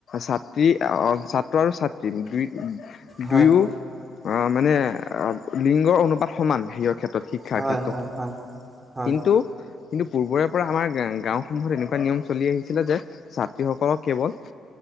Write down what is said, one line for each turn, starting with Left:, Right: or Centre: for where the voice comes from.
Left: ছাত্ৰী আহ চাত <unintelligible>
Right: হয়
Left: দুয়ো মানে লিংগৰ অনুপাত সমান হেৰিওৰ ক্ষেত্ৰত শিক্ষাৰ
Right: হয়
Left: ক্ষেত্ৰত।
Right: হয় হয় হয়
Left: কিন্তু - কিন্তু পূৰ্বৰে পৰা আমাৰ গাওসমূহত এনেকুৱা নিয়ম চলি আহিছিলে যে ছাত্ৰীসকলক কেৱল